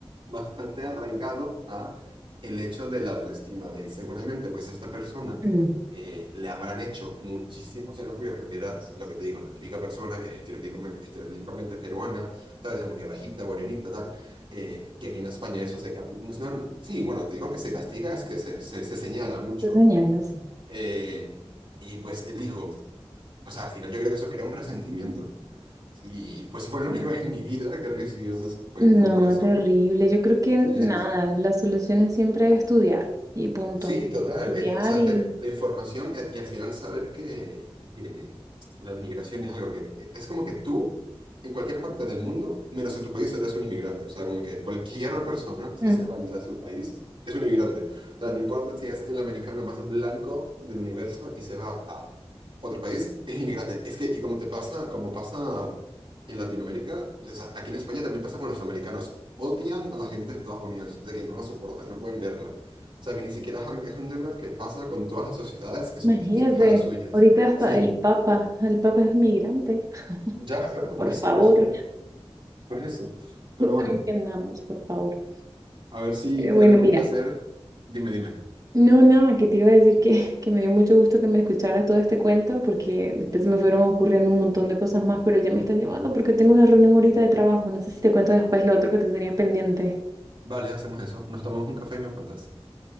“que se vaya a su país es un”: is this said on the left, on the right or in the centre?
Right